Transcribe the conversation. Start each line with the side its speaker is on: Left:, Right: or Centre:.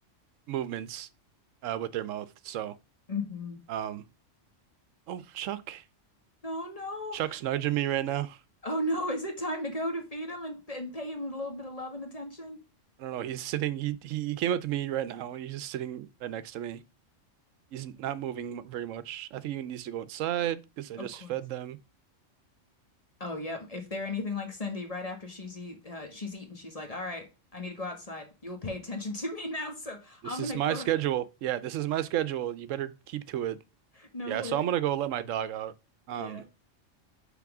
Right: movements uh, with their mouth. So,
Left: hmm
Right: um, oh, Chuck,
Left: Oh no.
Right: Chuck's nudging me right now.
Left: Oh no, is it time to go to feed him and, and pay him a little bit of love and attention?
Right: I don't know. He's sitting. He he he came up to me right now, and he's just sitting right next to me. He's not moving very much. I think he needs to go outside because I
Left: Of
Right: just
Left: course.
Right: fed them.
Left: Oh yep. If they're anything like Cindy, right after she's eat uh, she's eaten, she's like, "All right, I need to go outside. You will pay attention to me <laughs> now, so
Right: This
Left: I'm
Right: is
Left: gonna
Right: my
Left: go."
Right: schedule.
Left: <laughs>
Right: Yeah, this is my schedule. You better keep to it.
Left: No
Right: Yeah,
Left: worries.
Right: so I'm gonna go let my dog out. Um,
Left: Yeah.